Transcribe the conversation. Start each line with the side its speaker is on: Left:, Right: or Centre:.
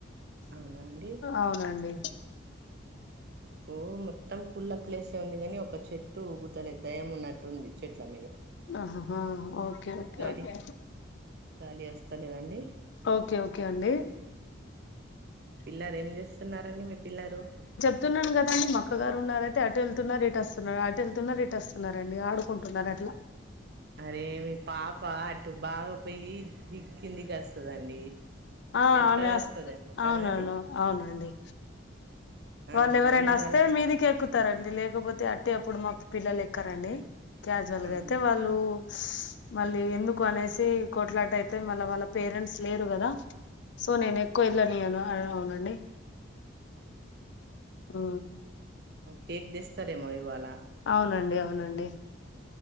Right: అవునా అండి
Left: అవునండి
Right: మాకు మొత్తం కుళ్ళ ప్లేసే ఉంది కాని ఒక చెట్టు ఊగుతలే దెయ్యం ఉన్నట్టుంది చెట్ల మీద
Left: ఆ హ హా ఓకే ఓకే
Right: గాలి
Left: ఓకే
Right: గాలి వస్తలేదండి
Left: ఓకే ఓకే అండి
Right: పిల్లరు ఏం చేస్తున్నారండి మీ పిల్లరు
Left: అతున్నాను కదండి మ అక్క గారు ఉన్నార వెళ్తున్నాంకదా అని మా అక్కగారు వున్నా రయితే అటు వెళ్తున్నారు ఇటు వస్తున్నారు అటు వెళ్తున్నారు ఇటు వస్తున్నారండి ఆడుకుంటున్నారు అట్లా
Right: అరే మీ పాప అటు బాగా పోయి దిగ్గిందికి వస్తదండి
Left: ఆ
Right: వెళ్తది
Left: ఆమె అస్త్
Right: వస్తదేమో కదా
Left: అవునండీ
Right: అండి
Left: అవునండి వాళ్ళు
Right: ఆహా
Left: ఎవరైనా వస్తే
Right: ఇవాళ
Left: మీదికి ఎక్కుతారండి లేకపోతే అట్టే అప్పుడు మాకు పిల్లలు ఎక్కరండి క్యాజువల్గా
Right: అవునా
Left: అయితే వాళ్ళు మళ్ళీ ఎందుకు అనేసి కొట్లాట అయితే మళ్ళీ వాళ్ళ పేరెంట్స్ లేరు కదా సో నేను ఎక్కువ వెళ్ళనీయను అవునండి
Right: ఆఓహో
Left: ఆ
Right: కేక్ తెస్తారేమో ఇవాళ
Left: అవునండి అవునండి